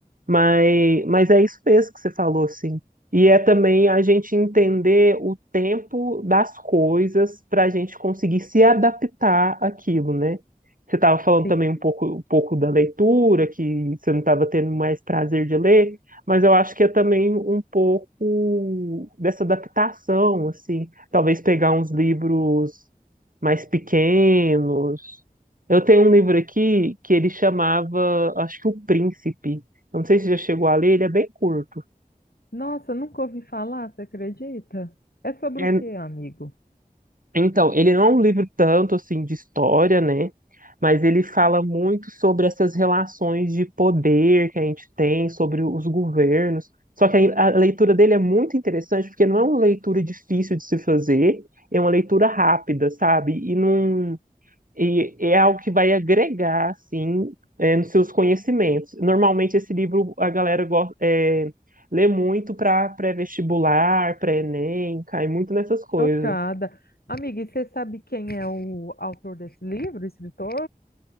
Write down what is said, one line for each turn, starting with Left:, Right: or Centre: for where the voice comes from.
Right: Mas, mas é isso mesmo que você falou, assim. E é também a gente entender o tempo das coisas para a gente conseguir se adaptar àquilo, né? Você estava falando
Left: Sim.
Right: também um pouco, um pouco da leitura, que você não estava tendo mais prazer de ler, mas eu acho que é também um pouco dessa adaptação, assim Talvez pegar uns livros mais pequenos. Eu tenho um livro aqui que ele chamava, acho que O Príncipe. Eu não sei se já chegou a ler, ele é bem curto.
Left: Nossa, nunca ouvi falar, você acredita? É sobre
Right: É,
Left: o quê, amigo?
Right: então, ele não é um livro tanto assim de história, né? Mas ele fala muito sobre essas relações de poder que a gente tem, sobre os governos. Só que a, a leitura dele é muito interessante, porque não é uma leitura difícil de se fazer, é uma leitura rápida, sabe? E não, E é algo que vai agregar, assim, é, nos seus conhecimentos. Normalmente, esse livro a galera gosta, é, lê muito para pré-vestibular, pré-ENEM, cai muito nessas coisas.
Left: Chocada. Amiga, e você sabe quem é o autor desse livro, escritor?